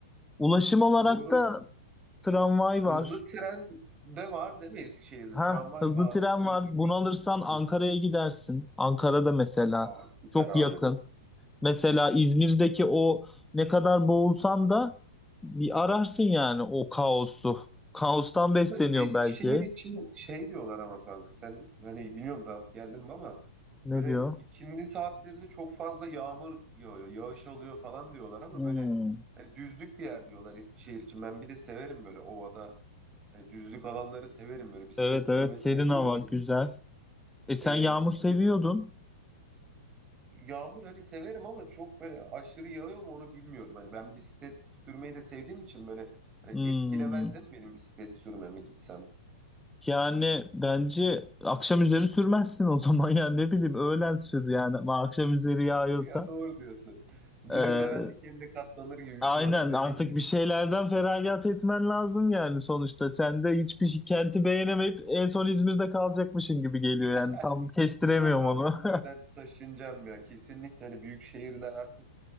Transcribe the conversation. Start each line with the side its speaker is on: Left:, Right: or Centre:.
Centre: Ulaşım olarak
Right: doğru.
Centre: da Tramvay
Right: Hızlı
Centre: var.
Right: tren de var değil mi Eskişehir'de?
Centre: Ha,
Right: Tramvay
Centre: hızlı
Right: var.
Centre: tren
Right: Öyle
Centre: var.
Right: duymuştum.
Centre: Bunu alırsan Ankara'ya
Right: Hı hı.
Centre: gidersin. Ankara'da mesela
Right: Aa, süper
Centre: çok
Right: abi.
Centre: yakın. Mesela İzmir'deki o ne kadar boğulsan da bir ararsın yani o kaosu. Kaostan besleniyor
Right: Bu Eskişehir
Centre: belki.
Right: için şey diyorlar ama kanka sen hani bilmiyorum rast geldin mi ama
Centre: Ne
Right: böyle
Centre: diyor?
Right: ikindi saatlerinde çok fazla yağmur yağıyor, yağış alıyor falan diyorlar ama
Centre: Hmm.
Right: böyle hani düzlük bir yer diyorlar Eskişehir için. Ben bir de severim böyle ovada hani düzlük alanları severim böyle bisiklet
Centre: Evet
Right: sürmeyi
Centre: evet
Right: sevdiğim
Centre: serin hava
Right: için.
Centre: güzel. E sen
Right: Ee,
Centre: yağmur
Right: bisiklet
Centre: seviyordun.
Right: Yağmur hani severim ama çok böyle aşırı yağıyor mu onu bilmiyorum. Hani ben bisiklet sürmeyi de sevdiğim için böyle hani
Centre: Hmm.
Right: etkilemez değil mi benim bisiklet sürmeme gitsem?
Centre: Yani bence akşam üzeri sürmezsin o zaman <laughs> ya ne bileyim öğlen sür yani ama akşam üzeri
Right: <laughs>
Centre: yağıyorsa.
Right: Ya doğru diyorsun. Gülü
Centre: Ee,
Right: seven dikenine katlanır gibi bir
Centre: Aynen
Right: şey oldu dediğim
Centre: artık
Right: gibi.
Centre: bir şeylerden feragat etmen lazım yani sonuçta. Sen de hiçbir şey- kenti beğenemeyip en son İzmir'de kalacakmışın gibi geliyor
Right: <laughs>
Centre: yani. Tam kestiremiyorum
Right: Yok abi
Centre: onu.
Right: İzmir'den
Centre: <laughs>
Right: taşınacağım ya. Kesinlikle hani büyük şehirler artık